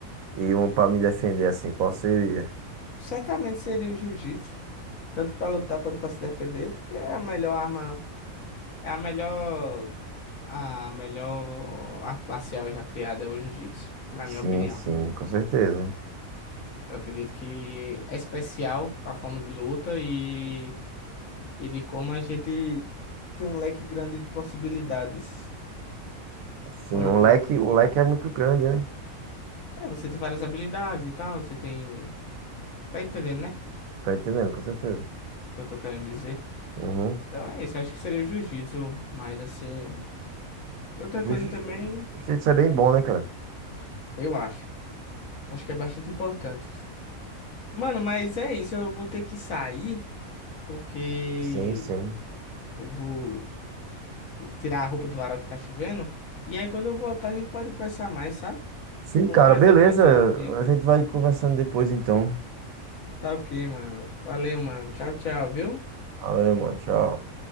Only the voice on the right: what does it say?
e uma para me defender assim, qual seria?
Sim,
sim, com certeza.
Sim,
o leque, o leque é muito grande, né?
Tá entendendo, com certeza.
Uhum.
Jiu-
Jiu-jitsu
é bem bom, né, cara?
Sim, sim.
Sim,
cara,
beleza.
A gente vai conversando depois, então.
Valeu, mano. Tchau.